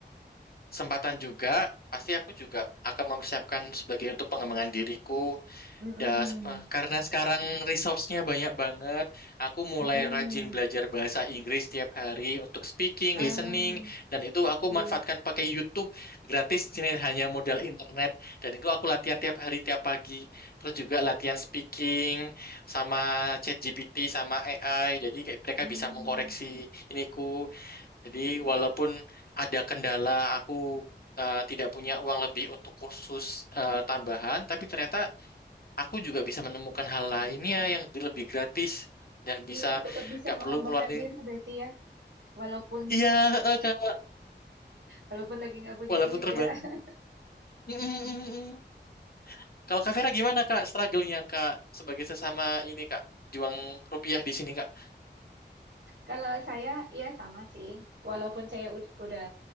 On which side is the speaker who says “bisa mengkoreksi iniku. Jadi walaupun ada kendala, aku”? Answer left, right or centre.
Left